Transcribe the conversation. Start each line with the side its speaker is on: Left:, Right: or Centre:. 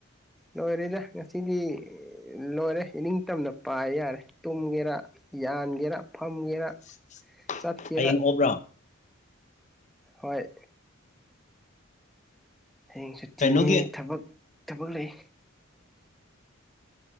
Centre: ꯂꯣꯏꯔꯦꯗ ꯉꯁꯤꯗꯤ ꯂꯣꯏꯔꯦ ꯏꯅꯤꯡꯇꯝꯅ ꯄꯥꯏ ꯌꯥꯔꯦ ꯇꯨꯝꯒꯦꯔꯥ ꯌꯥꯟꯒꯦꯔꯥ ꯐꯝꯒꯦꯔꯥ
Left: <inaudible>
Centre: ꯆꯠꯀꯦꯔꯥ
Left: ꯍꯌꯦꯡ ꯑꯣꯞꯔꯣ
Centre: ꯍꯣꯏ ꯍꯌꯦꯡ ꯁꯨꯇꯤꯅꯦ
Left: ꯀꯩꯅꯣꯒꯤ
Centre: ꯊꯕꯛ ꯊꯕꯛ ꯂꯩ